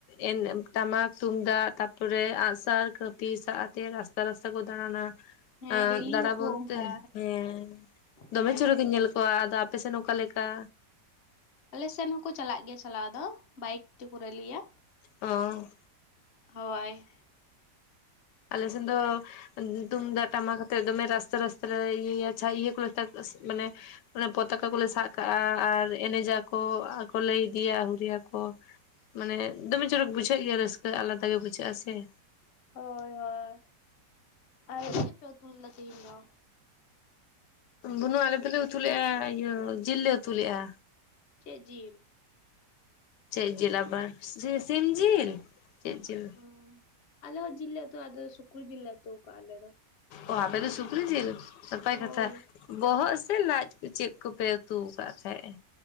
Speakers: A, on the left; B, on the left.
A: ᱮᱱ ᱴᱟᱢᱟᱠ ᱛᱩᱢᱫᱟᱜ ᱛᱟᱯᱚᱨᱮ ᱟᱸᱜᱥᱟᱨ ᱠᱟᱹᱯᱤ ᱥᱟᱵ ᱟᱛᱮ ᱨᱟᱥᱛᱟ ᱨᱟᱥᱛᱟ ᱠᱩ ᱫᱟᱲᱟᱱᱟ,
B: ᱦᱮᱸ ᱨᱮᱞᱤᱭᱟᱠᱚ
A: ᱫᱟᱬᱟ ᱵᱚᱞᱛᱮ
B: ᱚᱱᱠᱟ
A: ᱦᱮᱸ ᱫᱚᱢᱮ
B: ᱦᱮᱸ
A: ᱡᱩᱨᱟᱹ ᱜᱤᱧ ᱧᱮᱞ ᱠᱚᱣᱟ᱾ ᱟᱫᱚ ᱟᱯᱮᱥᱮᱱ ᱚᱝᱠᱟ ᱞᱮᱠᱟ?
B: ᱟᱞᱮᱥᱮᱱ ᱦᱚᱸᱠᱚ ᱪᱟᱞᱟᱜ ᱜᱮᱭᱟ, ᱪᱟᱞᱟᱣ ᱫᱚ ᱵᱟᱭᱤᱠ ᱛᱮᱠᱚ ᱨᱮᱞᱤᱭᱟ᱾
A: ᱚᱸ
B: ᱦᱳᱭ᱾
A: ᱟᱞᱮᱥᱮᱱ ᱫᱚ ᱛᱩᱢᱫᱟᱜ ᱴᱟᱢᱟᱠ ᱟᱛᱮ ᱫᱚᱢᱮ ᱨᱟᱥᱛᱟ ᱨᱟᱥᱛᱟ ᱛᱟᱞᱮ ᱟᱪᱪᱷᱟ, ᱤᱭᱟᱹ ᱠᱚ ᱨᱮ ᱦᱟᱛᱟᱣ ᱠᱟᱜᱼᱟ ᱥᱮ ᱢᱟᱱᱮ ᱚᱱᱮ ᱯᱚᱛᱟᱠᱟ ᱠᱚ ᱨᱮ ᱥᱟᱵ ᱠᱟᱜᱼᱟ ᱟᱨ ᱮᱱᱮᱡᱟᱠᱚ ᱟᱨ ᱠᱚᱞᱮᱭ ᱤᱫᱤᱭᱟ ᱦᱩᱨᱭᱟ ᱠᱚ ᱢᱟᱱᱮ ᱫᱚᱢᱮ ᱡᱚᱨᱚᱠ ᱵᱩᱡᱷᱟᱹᱜ ᱜᱮᱭᱟ, ᱨᱟᱹᱥᱠᱟᱹ ᱟᱞᱟᱫᱟ ᱜᱮ ᱵᱩᱡᱷᱟᱹᱜᱼᱟ ᱥᱮ
B: ᱦᱳᱭ ᱦᱳᱭ ᱟᱨ ᱪᱮᱫ ᱯᱮ ᱩᱛᱩ ᱞᱮᱫᱟ ᱛᱮᱦᱤᱧ ᱫᱚ?
A: ᱵᱩᱱᱩ ᱟᱞᱮ ᱫᱚᱞᱮ ᱩᱛᱩ ᱞᱮᱫᱼᱟ, ᱤᱭᱟᱹ ᱡᱤᱞ ᱞᱮ ᱩᱛᱩ ᱞᱮᱫᱼᱟ᱾
B: ᱪᱮᱜ ᱡᱤᱞ?
A: ᱪᱮᱫ ᱡᱤᱞ ᱟᱵᱟᱨ ᱥᱤᱢ ᱡᱤᱞ ᱪᱮᱫ ᱡᱤᱞ
B: ᱚ ᱟᱞᱮ ᱦᱚᱸ ᱡᱤᱞ ᱞᱮ ᱩᱛᱩ ᱟᱫᱚ ᱥᱩᱠᱨᱤ ᱡᱤᱞ ᱞᱮ ᱩᱛᱩ ᱠᱟᱜᱼᱟ ᱟᱞᱮ ᱫᱚ᱾
A: ᱚ ᱟᱯᱮ ᱫᱚ ᱥᱩᱠᱨᱤ ᱡᱤᱞ, ᱱᱟᱯᱟᱭ
B: ᱦᱳᱭ
A: ᱠᱟᱛᱷᱟ ᱵᱚᱦᱚᱜ ᱥᱮ ᱞᱟᱹᱡ? ᱪᱮᱫ ᱠᱚᱯᱮ ᱩᱛᱩ ᱟᱠᱟᱫ ᱛᱟᱦᱮᱸᱜ?